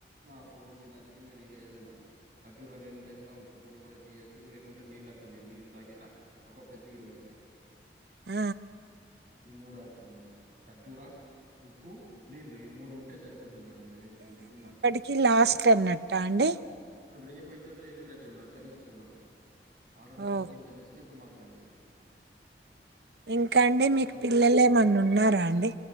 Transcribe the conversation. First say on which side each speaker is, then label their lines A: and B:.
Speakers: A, on the right; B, on the right.
A: ఆ ఫ్రూట్స్ తినొచ్చు మీరు ఇగ ఏదనా ఖజూరా లేని టైమ్లో ఉప్పుతోని కూడా తీయొచ్చు లేకుంటే నీళ్ళతో నీళ్ళ తాగిన ఒక పెొద్దు ఇడవచ్చు
B: ఉ
A: ఈ మూడు ఆప్షన్ మనకి ఖర్జూర ఉప్పు నీళ్లు ఈ మూడు ఉంటే సరిపోతు మేడం ఇగ ఉన్నారు
B: కి లాస్ట్ అన్నట్ట అండి
A: రేపు అయితదొ ఎల్లుండి అయితదో మేడం తెలుస్తుంది మాకు ఆల్రెడీ
B: ఓహ్!
A: సౌదీలో తెలుస్తుంది ఇప్పుడు మాకు తెలుస్తుంది
B: ఇంకా అండి మీకు
A: సౌదీ
B: పిల్లలు ఏమన్నా ఉన్నార అండి